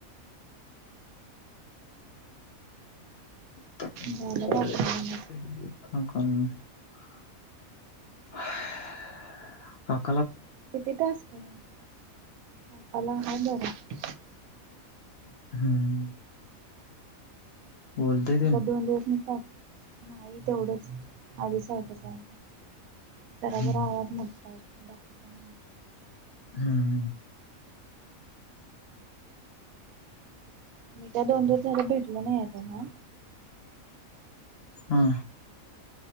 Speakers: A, on the left; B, on the right.
A: <unintelligible>
B: झालं बारा मिनिट.
A: रिकामा ऑडिओ
B: किती तास <unintelligible>
A: हम्म. बोलतय ते
B: आता दोन दिवस म का नाही तेवढंच आधी सारखंच आहे. जरा
A: हम्म
B: जरा आवाज मुठता य बाकी का?
A: हम्.
B: मी का दोन दिवस झारा भेटलो नाही त्यांना.
A: हा.